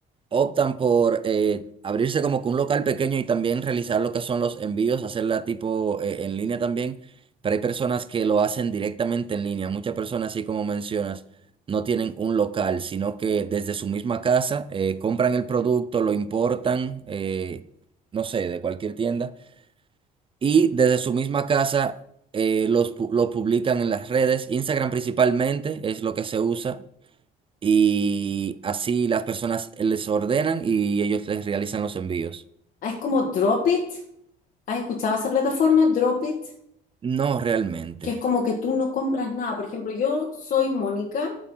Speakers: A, on the right; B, on the left.
A: optan por eh, abrirse como que un local pequeño y también realizar lo que son los envíos, hacerla tipo eh, en línea también, pero hay personas que lo hacen directamente en línea. Muchas personas, así como mencionas, no tienen un local, sino que desde su misma casa eh, compran el producto, lo importan, eh, no sé, de cualquier tienda, y desde su misma casa... eh, los, pu- lo publican en las redes, Instagram principalmente es lo que se usa y así las personas les ordenan y ellos les realizan los envíos.
B: Ah, Es como Drop It. ¿Has escuchado esa plataforma? Drop It.
A: No realmente.
B: que es como que tú no compras nada. Por ejemplo, yo soy Mónica